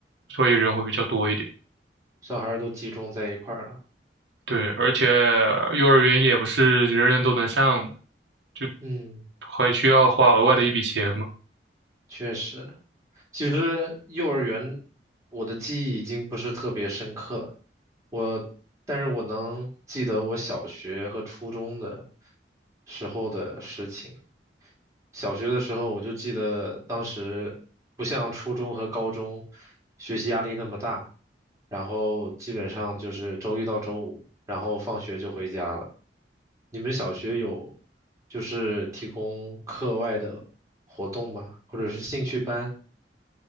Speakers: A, on the right; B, on the right.
A: 所以人会比较多一点。
B: 小孩儿都集中在一块儿了。
A: 对，而且幼儿园也不是人人都能上的，就
B: 嗯，
A: 还需要花额外的一笔钱嘛。
B: 确实，其实幼儿园我的记忆已经不是特别深刻了，我，但是我能记得我小学和初中的时候的事情。小学的时候，我就记得当时不像初中和高中学习压力那么大，然后基本上就是周一到周五，然后放学就回家了。你们小学有就是提供课外的活动吗？或者是兴趣班？